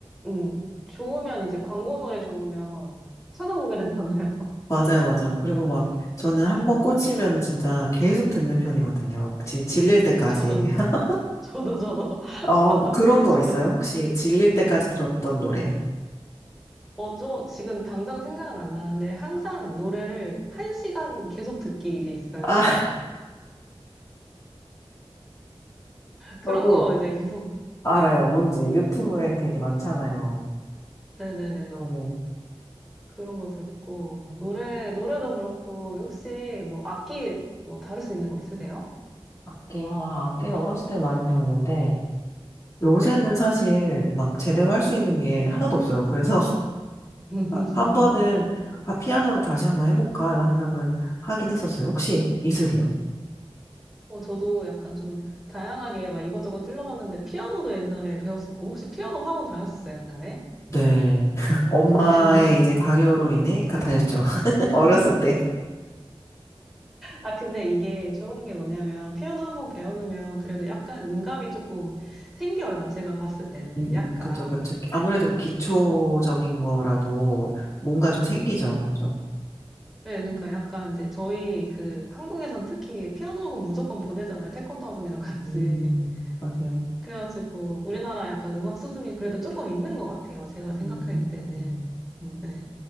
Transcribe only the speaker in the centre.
음, 좋으면 이제 광고 노래 좋으면 찾아보게 되잖아요. <laughs>
아, 저도,
저도, 저도,
<laughs>
저도.
어, 저 지금 당장 생각은 안 나는데 항상 노래를 한 시간 계속 듣기 이게 있어요.
그런
거 이제 계속,
네,
네네네.
그런 거 듣고,
노래, 노래도 그렇고, 혹시 뭐 악기 뭐 다룰 수 있는 거 있으세요?
네.
<laughs>
어, 저도 약간 좀 다양하게 막 이것저것 찔러봤는데 피아노도 옛날에 배웠었고 혹시 피아노 학원 다녔었어요, 옛날에?
<laughs>
아, 근데 이게 좋은 게 뭐냐면 피아노 한 번 배워놓으면 그래도 약간 음감이 조금 생겨요. 제가 봤을 때는
약간.
네.
네, 그러니까 약간 이제 저희 그 한국에선 특히 피아노 학원 무조건 보내잖아요. 태권도 학원이랑 같이.
그래가지고 우리나라 약간 음악 수준이 그래도 조금 있는 것 같아요. 제가 생각할
때는.
음, 네.